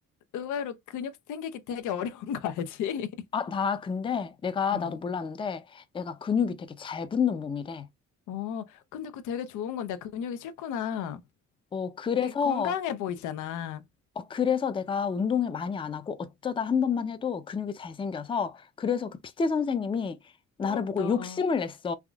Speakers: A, on the left (about 80°); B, on the left (about 15°).
A: 의외로 근육 생기기 되게 어려운 거 알지? <laughs>
B: 아, 나 근데 내가
A: 음.
B: 나도 몰랐는데 내가 근육이 되게 잘 붙는 몸이래.
A: 어, 근데 그거 되게 좋은 건데 근육이 싫구나.
B: 어, 그래서
A: 되게 건강해 보이잖아.
B: 어, 그래서 내가 운동을 많이 안 하고 어쩌다 한 번만 해도 근육이 잘 생겨서 그래서 그피 t 선생님이 나를
A: 부럽다.
B: 보고 욕심을 냈어.